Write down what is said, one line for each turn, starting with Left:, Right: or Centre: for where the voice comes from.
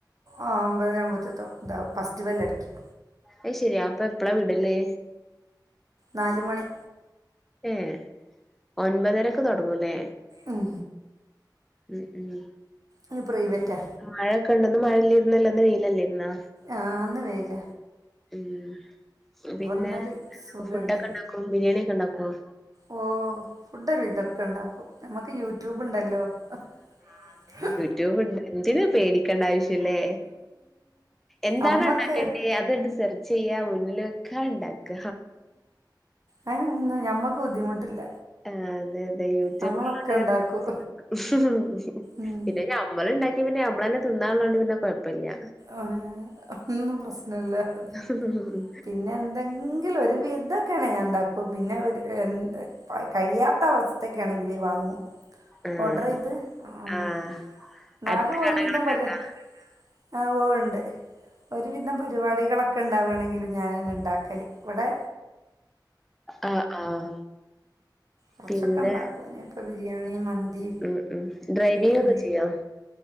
Right: ആ ഒമ്പതര ആവുമ്പത്ത് തൊറ ന്താ ഫെസ്റ് ബെല്ലടിക്കും.
Centre: അയ് ശരി. അപ്പൊ എപ്പളാ വിടല്?
Right: നാല് മണി.
Centre: ഏഹ് ഒൻമ്പതരക്ക് തൊടങ്ങൂല്ലേ.
Right: ഉം.
Centre: ഉം ഉം.
Right: ങ്ങ് പ്രൈവറ്റാ?
Centre: മഴക്കെണ്ടന്നും മഴല്ലേ. ഇന്ന് ഇന്നല്ല ഇന്ന് വെയിലല്ലേ ഇന്ന്?
Right: ആ ഇന്ന് വെയില.
Centre: ഉം. പിന്നെ
Right: ഇന്നൊരു
Centre: എന്തൊക്കെ
Right: സുഖണ്ട്
Centre: ഫുഡൊക്കെ ഇണ്ടാക്കും. ബിരിയാണി ഒക്കെ ഇണ്ടാക്കുവോ?
Right: ഓ ഫുഡ് ഒരു വിതൊക്കെ ഇണ്ടാക്കും നമുക്ക് യൂട്യൂബ് ഇണ്ടല്ലോ അതേ
Centre: ട്യൂബുണ്ട് എന്തിനാ പേടിക്കണ്ട ആവശ്യം റ്റ്ല്ലേ എന്താണോ
Right: നമ്മക്ക്
Centre: ഇണ്ടാക്കണ്ടേ അത്ണ്ട് സെർ ച്ചീയ്യാ മുന്നില്ക്ക ഇണ്ടാക്ക
Right: അയിന്നൊന്നും ഞമ്മളക്ക് ബുദ്ധിമുട്ടില്ല
Centre: ആഅതെ അതെ യൂട്യൂബ്
Right: നമ്മളൊക്കെ
Centre: ഉള്ളോണ്ട് ഇങ്ങനെ
Right: ഇണ്ടാക്കും
Centre: പിടിച്ചു നിക്കും
Right: ഉം
Centre: പിന്നെ ഞമ്മള് ഇണ്ടാ ക്കി പിന്നെ ഞമ്മളന്നെ തിന്നാള്ളോണ്ട് പിന്നെ കൊഴപ്പല്ല്യ
Right: ആഹ് ഒന്നും പ്രശ്നില്ല അത്
Centre: ഉഹുംഹും
Right: പിന്നെ എന്തെങ്കിലും ഒരു വിതൊക്കെയാണെ ഞാൻ ഇണ്ടാക്കും പിന്നെ ഒരു എന്താ പ്പ കയിയാത്ത അവസ്ഥത്തക്കെണെങ്കില് വാങ്ങും
Centre: ആഹ്
Right: ഓർഡറീത് ഉം
Centre: ആഹ്
Right: ന്നാലും
Centre: അടുത്ത്
Right: ഒരു
Centre: കടകളൊക്കെ
Right: വിധം പര്
Centre: ഉണ്ടോ
Right: ആ ഓണ്ട് ഒരുവിധം പരിപാടികളൊക്കെ ഇണ്ടാവാണെങ്കിലും ഞാനന്നെ ഇണ്ടാക്കല് വടെ
Centre: ആഹ് ആഹ്
Right: കൊറച്ചൊക്കെ
Centre: പിന്നെ
Right: ഇണ്ടാക്കും ഞാപ്പോ ബിരിയാണി മന്തി
Centre: ഉം ഉം ഡ്രൈവിംഗ്
Right: ഉം
Centre: ഒക്കെ ചീയ്യോ